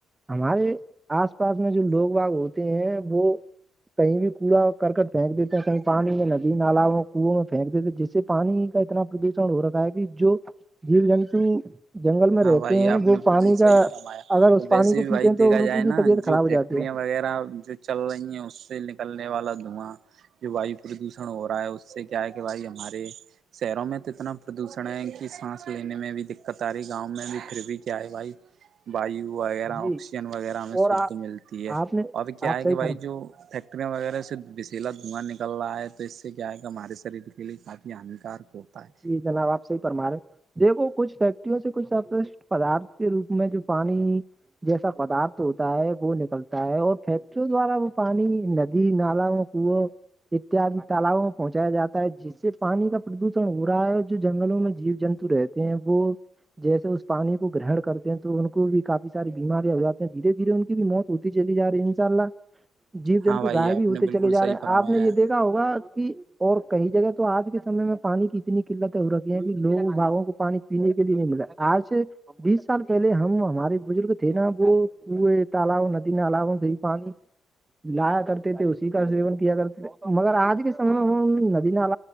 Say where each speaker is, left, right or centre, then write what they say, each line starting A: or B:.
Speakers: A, on the right; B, on the right.
A: ہمارے آس پاس میں جو لوگ باغ ہوتے ہیں وہ کہیں بھی کوڑا کرکٹ پھینک دیتے ہیں کہیں پانی میں ندی نالا کنووں میں پھینک دیتے ہیں جس سے پانی کا اتنا پردوشن ہو رہا ہے کہ جو جییر جنتو جنگل میں
B: ہاں
A: رہتے
B: بھائی
A: ہیں
B: آپ
A: وہ
B: نے
A: پانی
B: بالکل
A: کا
B: صحیح فرمایا
A: اگر اس
B: اور
A: پانی
B: ویسے
A: کو
B: بھی
A: پیتے
B: بھائی
A: ہیں تو
B: دیکھا
A: ان
B: جائے
A: کی بھی
B: نا
A: طبیعت خراب
B: جو ف
A: ہو جاتی
B: فٹریاں
A: ہے
B: وغیرہ جو چل رہی ہیں اس سے نکلنے والا دھواں جو وایو پردوشن ہو رہا ہے اس اس سے کیا ہے کہ بھائی ہمارے شہروں میں تو اتنا پردوشن ہے کی سانس لینے میں بھی دقت آ رہی ہے گاؤں میں بھی پھر بھی کیا ہے بھائی وایو وغیرہ
A: جی
B: آکسیجن وغیرہ ہمیں
A: اور
B: شدھ ملتی ہے
A: آپ نے
B: اورب کیا
A: آپ
B: ہے
A: صحیح
B: کہ بھائی
A: فرم
B: جو ٹیکٹریاں وغیرہ سے بسیلا دھواں نکل رہا ہے تو اس سے کیا ہے کہ ہمارے شریر کے لیے کافی ہانیکارک ہوتا ہے
A: جی جناب آپ سےحی پرمارے دیکھو کچھ فیکٹریوں سے کچھ اپش پدارت کے روپ میں جو پانی جیسا پدارتھ ہوتا ہے وہ نکلتا ہے اور فیکٹریوں دوارا وہ پانی ندی نالا وہ اتیاد تالاب میں پہنچایا جاتا ہے جس سے پانی کا پردوش ہو رہا ہے جو جنگلوں میں جیو جنتو رہتے ہیں وہ جیسے اس پانی کو گرہن کرتے ہیں تو ان کو بھی کاف ساری بیماریاں ہو جاتی ہیں دھیرے دھیرے ان کی بھی موت تتی چلی جا رہے انسء اللہ جیب جنتو
B: ہاں بھائی
A: گائےب
B: آپ
A: بھی ہوتے
B: نے بالکل
A: چلے جا
B: صحیح
A: رہے ہیں
B: فرمایا
A: آپ نے یہ
B: ہے۔
A: دیکھا ہوگا کہ اور کئی جگہ تو آج کے سمے میں پانی کی اتنی قلتیں ہو رتی ہیں لوگ باغوں کو پانی پینے کے لیے نہیں ملاے ہے آج سے بیس سال پہلے ہمارے بزرگ تھے نا وہ کئے تالؤ ندی نالؤ سے ہی پانی لایا کرتے تھے اسی کا سیون کیا کرتے تھے مگر آج کے سمے میں ندی نال